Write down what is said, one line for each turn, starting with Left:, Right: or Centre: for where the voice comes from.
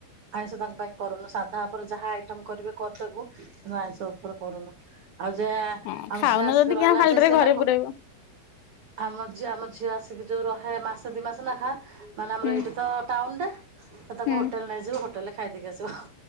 Right: ଆଇଁଷ ତାଙ୍କ ପାଇଁ କରୁନୁ ସାଧା ଉପରେ ଯାହା ଆଇଟମ କରିବେ କରିଦବୁ କିନ୍ତୁ ଆଇଁଷ ଉପରେ କରୁନୁ। ଆଉ ଯା
Left: ହଁ
Right: ଆମ
Left: ଖାଉନ
Right: ଝିଅ ଆସିକି
Left: ଯଦି
Right: ରହିଲା
Left: କିଆଁ ଫାଲଟରେ
Right: ଯେ ସିଏ
Left: ଘରେ
Right: ତାକୁ
Left: ପୁରେଇବ
Right: ଆମ ଆମ ଝିଅ ଆସ ଯୋଉ ରହେ ମାସେ ଦି ମାସେ ନେଖା ମାନେ ଆମର
Left: ହୁଁ
Right: ଏଇଠ ତ ଟା କାଉଣ୍ଡା। ସେ ତାକୁ
Left: ହୁଁ।
Right: ହୋଟେଲ ନଁଯିବ ହୋ ହୋଟଲେ ଖାଇ ଦେଇକି ଆସିବ।